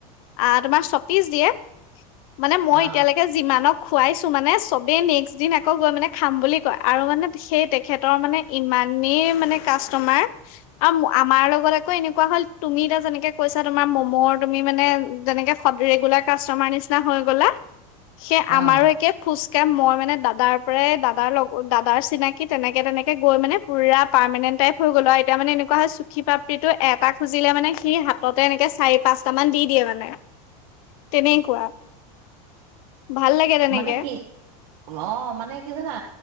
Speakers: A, on the left; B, on the right.
A: আ তোমাৰ ছপিচ দিয়ে। মানে মই
B: অ
A: এতিয়ালে যিমানক খুৱাইছোঁ মানে চবেই নেক্সট দিন আকৌ গৈ মানে খাম বুলি কয়, আৰু মানে সেই তেখেতৰ মানে ইমানেই মানে কাষ্টমাৰ আৰু আমাৰ লগত আকৌ এনেকুৱা হ'ল, তুমি এতিয়া যেনেকে কৈছা তোমাৰ মমৰ তুমি মানে যেনেকে ৰেগুলাৰ কাষ্টমাৰ নিচিনা হৈ গ'লা, সেই আমাৰো
B: উম
A: একে ফুচকা মই মানে দাদাৰ পৰাই দাদাৰ লগত দাদাৰ চিনাকি তেনেকে তেনেকে গৈ মানে পোৰা পাৰমানেণ্ট টাইপ হৈ গলো আও, এতিয়া মানে এনেকুৱা হয় চুখী পাপ্ৰীটো এটা খুজিলে মানে সি হা ততে এনেকে চাৰি পাঁচটা মান দি দিয়ে মানে।
B: <inaudible>
A: তেনেকুৱা। ভাল লাগে তেনেকে
B: মানে কি? অ' মানে কি জানা?